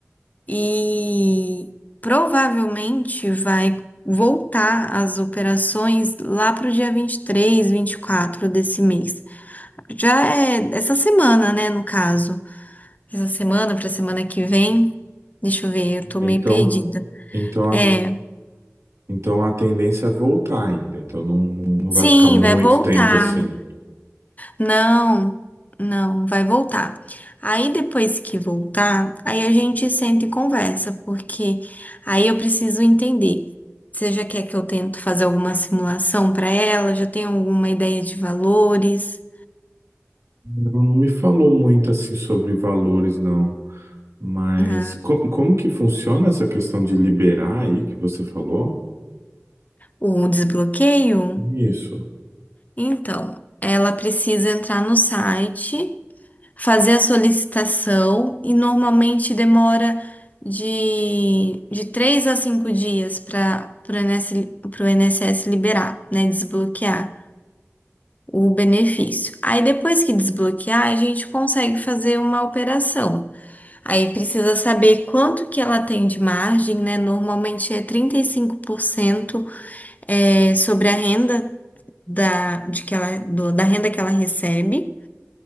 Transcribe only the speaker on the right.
então,
então,
a, então a tendência é voltar ainda. Então não, não
vai ficar muito
tempo assim.
Ela não me falou muito assim sobre valores, não. Mas
co- como que funciona essa questão de liberar aí que você falou?
Isso.